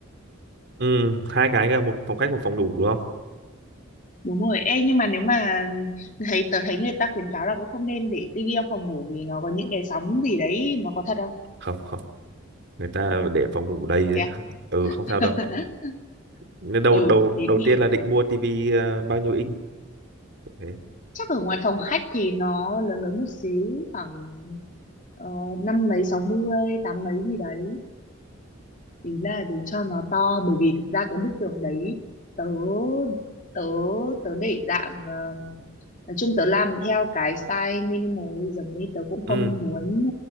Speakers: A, on the right (about 55°); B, on the left (about 40°).
A: Ừ, hai cái cả một phòng khách một phòng ngủ đúng không?
B: đúng rồi ê nhưng mà nếu mà thấy tớ thấy người ta khuyến cáo là cũng không nên để tivi trong phòng ngủ vì nó có những cái sóng gì đấy nó có thật không
A: Không, không, người ta để phòng ngủ đầy đấy.
B: Thế à?
A: Ừ, không sao
B: <laughs>
A: đâu. Nên Đầu
B: ừ
A: đầu
B: thế
A: đầu
B: thì
A: tiên là định mua tivi ờ, bao nhiêu inch? Thế.
B: chắc ở ngoài phòng khách thì nó lớn lớn một xíu khoảng ờ, năm mấy sáu mươi tám mấy gì đấy ý là để cho nó to bởi vì thực ra cái bức tường đấy tớ tớ tớ để dạng ờ, nói chung tớ làm theo cái style minimalism ấy tớ cũng
A: Ừ,
B: không muốn